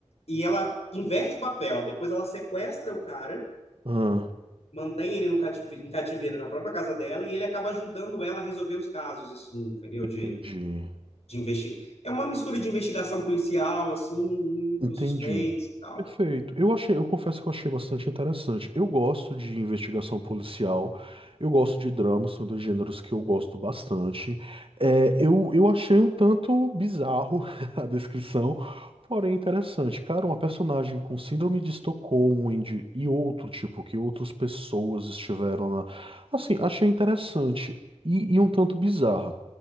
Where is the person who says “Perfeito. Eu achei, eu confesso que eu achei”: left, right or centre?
Right